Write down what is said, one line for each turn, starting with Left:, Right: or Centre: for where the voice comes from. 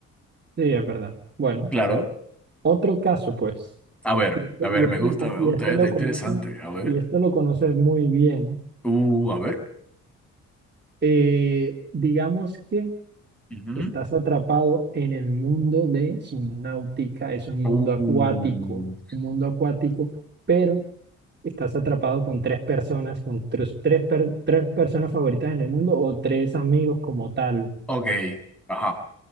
Right: Sí, es verdad. Bueno,
Centre: Claro.
Right: otro caso, pues.
Centre: A ver,
Right: Y este,
Centre: a
Right: y
Centre: ver,
Right: este
Centre: me gusta,
Right: lo, con-
Centre: me gusta,
Right: y este
Centre: eh, Está
Right: lo
Centre: interesante.
Right: conoces,
Centre: A ver.
Right: y esto lo conoces muy bien. ¿no?
Centre: Uh, a ver.
Right: Eh, digamos que
Centre: Ujú.
Right: estás atrapado en el mundo de subnáutica, es un
Centre: Uh.
Right: mundo acuático, un mundo acuático, pero estás atrapado con tres personas, con tres, tres, per- tres personas favoritas en el mundo o tres amigos como tal.
Centre: Ok, ajá.